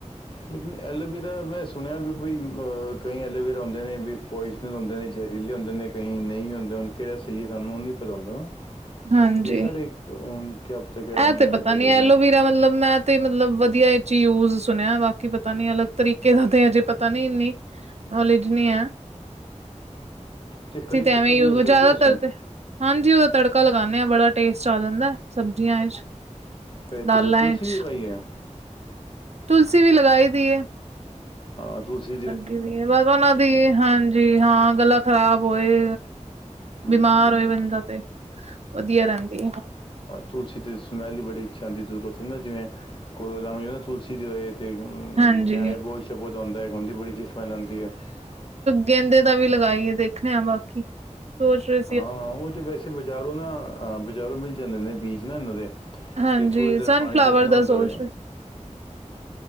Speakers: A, on the left; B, on the right.
A: ਲੇਕਿਨ ਐਲੋਵੀਰਾ ਮੈਂ ਸੁਣਿਆ ਵੀ ਬਈ ਕਈ ਐਲੋਵੇਰਾ ਹੁੰਦੇ ਨੇ ਵੀ ਹੁੰ ਨੇ ਜ਼ਹਿਰੀਲੇ ਹੁੰਦੇ ਨੇ। ਕਈ ਨਹੀਂ ਵੀ ਹੁੰਦੇ ਕਿਹੜਾ ਸਹੀ ਹੈ ਸਾਨੂੰ ਉਹ ਨੀ ਪਤਾ ਹੁੰਦਾ
B: ਹਾਂਜੀ
A: ਇਹ ਸਾਰੇ ਕਿ ਪਤਾ ਕਿਹੜਾ
B: ਇਹ
A: ਹੁੰਦਾ
B: ਤੇ ਪਤਾ
A: ਇੱਦ
B: ਨੀ
A: ਲੱਗਿਆ।
B: ਐਲੋਵੀਰਾ ਮਤਲਬ ਮੈਂ ਤੇ ਮਤਲਬ ਵਧੀਆ ਇਹ ਯੂਜ ਸੁਣਿਆ ਬਾਕੀ ਪਤਾ ਨੀ ਅਲੱਗ ਤਰੀਕੇ ਦਾ ਤੇ ਹਜੇ ਪਤਾ ਨੀ ਇੰਨੀ ਉਹ ਲਿਜਨੀ ਆ।
A: ਤੇ ਕੜੀ ਪੁੱਤਾ
B: ਐਵੇਂ ਹੀ
A: ਯੂਸ ਕਰਦੇ
B: ਜ਼ਿਆਦਾਤਰ
A: ਤੁਸੀ।
B: ਤੇ ਹਾਂਜੀ। ਉਹਦਾ ਤੜਕਾ ਲਗਾਂਦੇ ਆ ਬੜਾ ਟੇਸਟ ਆ ਜਾਂਦਾ ਸਬਜ਼ੀਆਂ
A: ਫੇਰ
B: ਦਾਲਾਂ
A: ਤੁਸੀਂ ਤੁਲਸੀ
B: ਚ
A: ਵੀ ਉਗਾਈ ਹੈ।
B: ਤੁਲਸੀ ਵੀ ਲਗਾਈ ਦੀ ਹੈ।
A: ਹਾਂ ਤੁਸੀਂ
B: ਲੱਗੀ ਹੋ ਹੈ ਬੱਸ ਉਹਨਾਂ ਦੀ ਹਾਂਜੀ ਜੀ ਹਾ। ਗਲਾ ਖ਼ਰਾਬ ਹੋਏ
A: ਹਮ
B: ਬਿਮਾਰ ਹੋਏ ਬੰਦਾ ਤੇ ਵਧੀਆ ਰਹਿੰਦੀ।
A: ਤੁਲਸੀ ਦੇ ਸਮੈੱਲ ਹੀ ਬੜੀ ਅੱਛਾ ਆੁੰ ਦੀ ਜ਼ਰੂਰਤੁੰ ਨਾ ਜਿਂਵੇਂ ਕੋਲੇ ਲਾਉ ਤੁਲਸੀ ਦੀ ਹੋਏ। ਅਤੇ ਨਿਆਏ
B: ਹਾਂਜੀ
A: ਬੋਝ ਸ਼ਬੋਤ ਆਉਂਦਾ ਉਹਦੀ ਬੜੀ ਸਮੈਲ ਆਂਦੀ ਹੈ।
B: ਗੇਦੇ ਦਾ ਵੀ ਲਗਾਈਏ ਦੇਖਣੇ ਆ ਬਾਕੀ ਸੋਚ ਰ
A: ਹਾਂ। ਉਹ ਤਾਂ ਵੈਸੇ ਬਾਜ਼ਾਰੋਂ ਨਾ ਬਾਜ਼ਾਰੋਂ ਮਿਲ ਜਾਂਦੇ ਨੇ ਬੀਜ ਨਾ ਇਹਨਾਂ ਦੇ
B: ਹਾਂਜੀ,
A: ਤੇ ਥੋੜ੍ਹੀ ਦੇਰ
B: ਸਨਫਲਾਵਰ
A: ਪਾਣੀ ਚ, ਰੱਖਣਾ
B: ਦਾ
A: ਹੁੰਦਾ
B: ਸੋਚ
A: ਵ
B: ਰਹੇ